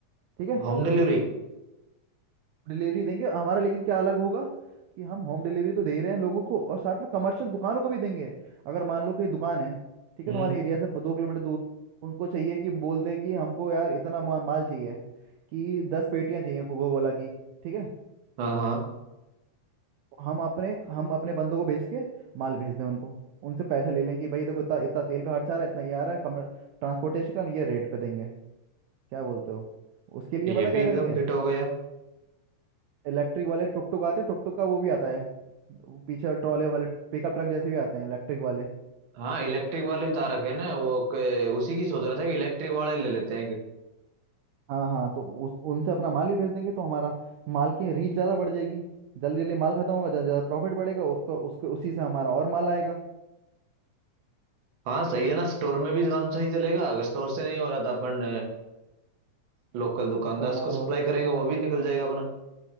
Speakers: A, on the right; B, on the right.
A: ठीक है
B: Home delivery
A: डिलीवरी देंगे हमारा लेकिन क्या अलग होगा कि हम होम डिलीवरी तो दे रहे हैं लोगों को और साथ में कमर्शियल दुकानों को भी देंगे अगर मान लो कोई दुकान है ठीक है
B: हम्म
A: तुम्हारे एरिया से प- दो किलोमीटर दूर उनको चाहिए कि बोल दे कि हमको यार इतना मा- माल चाहिए कि दस पेटियां चाहिए कोको कोला की ठीक है
B: हाँ हाँ
A: तो हम अपने हम अपने बंदों को भेज के माल भेज दें उनको उनसे पैसे ले लें कि भाई देखो इतना इतना तेल का खर्चा आ रहा है इतना ये आ रहा है कमर ट्रांसपोर्टेशन का ये रेट पे देंगे क्या बोलते हो उसके लिए
B: ये
A: पता
B: भी
A: क्या
B: एकदम
A: करेंगे
B: फिट हो गया
A: इलेक्ट्रिक वाले टुक टुक आते हैं टुक टुक का वो भी आता है वो पीछे ट्रॉले वाले पिकअप ट्रक जैसे भी आते हैं इलेक्ट्रिक वाले
B: हाँ इलेक्ट्रिक वाले उतार रखे हैं ना वो के, उसी की सोच रहा था कि इलेक्ट्रिक वाले ले लेते हैं एक।
A: हाँ हाँ तो उस उनसे अपना माल भी भेज देंगे तो हमारा माल की रीच ज़्यादा बढ़ जाएगी जल्दी जल्दी माल खत्म होगा ज़्यादा से ज़्यादा प्रॉफिट बढ़ेगा उसको उसके उसी से हमारा और माल आएगा
B: हाँ सही है ना स्टोर में भी काम सही चलेगा अगर स्टोर से नहीं हो रहा तो अपन
A: हाँ,
B: लोकल दुकानदार
A: खुद का हमारा
B: को
A: हो
B: सप्लाई करेंगे वो भी निकल जाएगा अपना